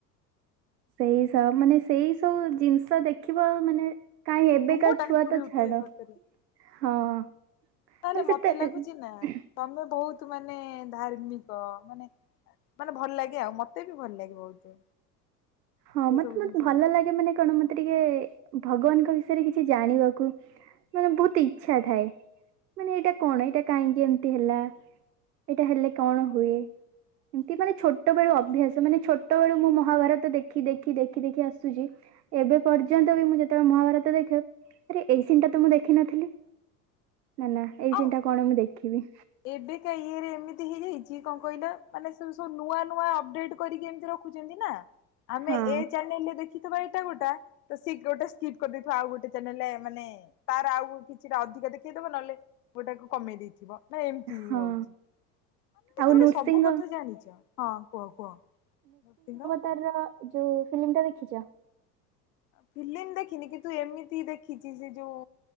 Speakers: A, on the right; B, on the left.
A: ସେଇ ସ ମାନେ ସେଇ ସବୁ ଜିନିଷ ଦେଖିବ ମାନେ। କାହିଁ ଏବେ
B: ରୁମ
A: କା
B: ଟାଙ୍କୁରି
A: ଛୁଆ ତ
B: ଉଠେ
A: ଛାଡ
B: ସତରେ।
A: ହଁ। ମାନେ
B: ତାହେଲେ ମତେ
A: ସେତେ
B: ଲାଗୁଛି
A: ଏମ।
B: ନା ତମେ ବହୁତ ମାନେ ଧାର୍ମିକ ମାନେ। ମାନେ ଭଲ ଲାଗେ ଆଉ ମତେ ବି ଭଲ ଲାଗେ ବହୁତ।
A: ହଁ
B: ସେ
A: ମତେ
B: ସବୁ
A: ମତେ
B: ଜିନିଷ।
A: ଭଲ ଲାଗେ ମାନେ କଣ ମତେ ଟିକେ ଭଗବାନଙ୍କ ବିଷୟରେ କିଛି ଜାଣିବାକୁ। ମାନେ ବହୁତ ଇଚ୍ଛା ଥାଏ ମାନେ ଏଇଟା କଣ ଏଇଟା କାହିଁକି ଏମିତି ହେଲା। ଏଇଟା ହେଲେ କଣ ହୁଏ। ଏମିତି ମାନେ ଛୋଟ ବେଳୁ ଅଭ୍ୟାସ ମାନେ ଛୋଟ ବେଳୁ ମୁଁ ମହାଭାରତ ଦେ ଖି ଦେଖି ଦେଖି ଦେଖି ଆସୁଛି ଏବେ ପର୍ଯ୍ୟନ୍ତ ବି ମୁଁ ଯେତେବେଳେ ମହାଭାରତ ଦେଖେ। ଆରେ ଏଇ ସିନ୍ ଟା ତ ମୁଁ ଦେଖିନଥିଲି ନା ନା ଏଇ
B: ଆଉ
A: ସିନ୍ ଟା କଣ ମୁଁ ଦେଖିବି।
B: ଏବେ କା ଇଏରେ ଏମିତି ହେଇଯାଇଛି କଣ କହିଲ ମାନେ ସେମ ସବୁ ନୂଆ ନୂଆ ଅପଡେଟ୍ କରିକି ଏମିତି ର ଦେଖୁଛନ୍ତି ନା ଆମେ
A: ହଁ
B: ଏ ଚ୍ୟାନେଲରେ ଦେଖିଥିବା ଏଟା ଗୋଟା। ତ ସି ଗୋଟେ ସ୍କିପ୍ କରିଦେଇଥିବ ଆଉ ଗୋଟେ ଚ୍ୟାନେଲରେ ମାନେ ତାର ଆଉ କିଛିଟା ଅଧିକ ଦେଖେଇଦବ ନହେଲେ। ଗୋଟାକୁ କମେଇ ଦେଇଥିବ ନା ଏମିତି
A: ହଁ
B: ହଉଛି। ତମେ ବି
A: ଆଉ
B: ଥୋଡି
A: ନୃସିଂହ
B: ସବୁ କଥା ଜାଣିଛ ହଁ କୁହ କୁହ <inaudible> ଙ୍କ।
A: ତାର ଯୋଉ ଫିଲିମ୍ ଟା ଦେଖିଛ?
B: ଫିଲିମ୍ ଦେଖିନି କିନ୍ତୁ ଏମିତି ଦେଖିଛି ସେ ଯୋଉ।